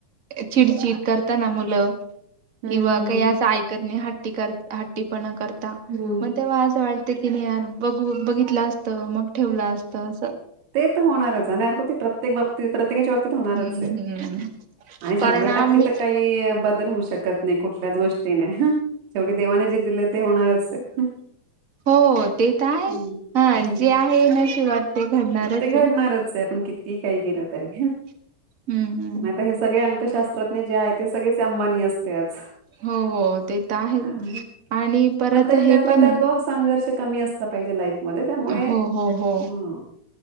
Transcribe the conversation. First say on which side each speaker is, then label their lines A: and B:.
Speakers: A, on the right (about 40°); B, on the right (about 85°).
A: चिडचिड करताना मुलं
B: हम्म
A: किंवा काही असं
B: हम्म
A: ऐकत नाही, ह हट्ट- हट्टी पणा करता,
B: हम्म
A: मग तेव्हा असं वाटतं टते कि नाही यार बघू -बघितलं असतं, मग ठेवलं असत असतं.
B: ते तर होणारच आणि आपल ते प्रत्येक बाबतीत प्रत्येकाच्या बाबतीत होणारच
A: हम्म
B: आहे,
A: हम्म.
B: आणि
A: कारण
B: शंभर
A: आम्ही
B: टक्के तर काही बदल होऊ शकत नाही, कुठल्याच गोष्टीने. शेवटी देवाने जे दिले ते होणारच आहे.
A: हो ते, तर आहे
B: हम्म
A: हा
B: हम्म
A: जे आहे नशिबात ते घडणारच
B: ते घडणारच
A: आहे.
B: आहे, आपण किती काही केल तरी
A: हम्म हम्म.
B: नाहीत, हे सगळे अंकशास्त्रज्ञ जे आहे ते सगळेच अंबानी असते आज.
A: हो हो, ते तर आहेचं
B: हा.
A: आणि परत
B: पण तरी
A: हे
B: त्यातल्या
A: पण
B: त्यात
A: आहे.
B: ब संघर्ष कमी असलं पाहिजे, लाईफ मध्ये त्यामुळे
A: हो हो हो
B: हं